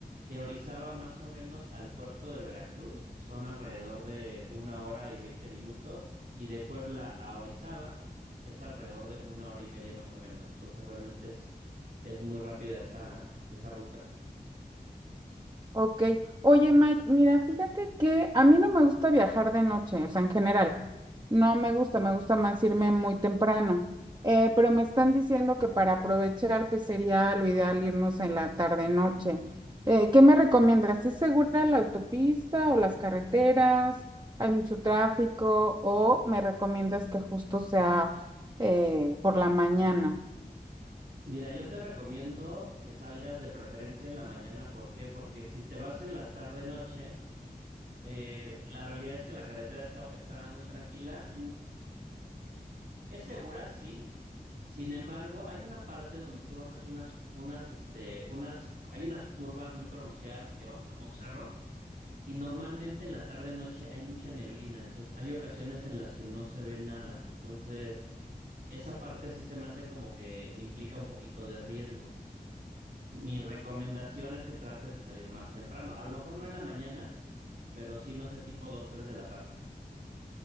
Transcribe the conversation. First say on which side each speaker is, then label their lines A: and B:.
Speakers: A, on the right; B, on the right.
A: de Orizaba más o menos al puerto de Veracruz son alrededor de una hora y veinte minutos y de Puebla a Orizaba es alrededor de una hora y media más o menos. Entonces realmente es, es muy rápida esa, esa ruta.
B: Ok. Oye, Mike, mira, fíjate que a mí no me gusta viajar de noche, o sea, en general. No me gusta, me gusta más irme muy temprano. Eh, pero me están diciendo que para aprovechar, pues sería lo ideal irnos en la tarde-noche. Eh, ¿qué me recomiendas? ¿Es segura la autopista o las carreteras? ¿Hay mucho tráfico? ¿O me recomiendas que justo sea eh, por la mañana?
A: Mira, yo te recomiendo que salgas de preferencia en la mañana. ¿Por qué? Porque si te vas en la tarde-noche, eh, la realidad es que la carretera está, está muy tranquila. Es segura, sí. Sin embargo, hay una parte donde tú bajas unas, unas, este, unas, hay unas curvas muy pronunciadas y que bajas como un cerro. Y normalmente en la tarde-noche hay mucha neblina. Entonces, hay ocasiones en las que no se ve nada. Entonces, esa parte sí se me hace como que implica un poquito de riesgo. Mi recomendación es que trates de salir más temprano. A lo mejor no en la mañana, pero sí, no sé, tipo 2, 3 de la tarde.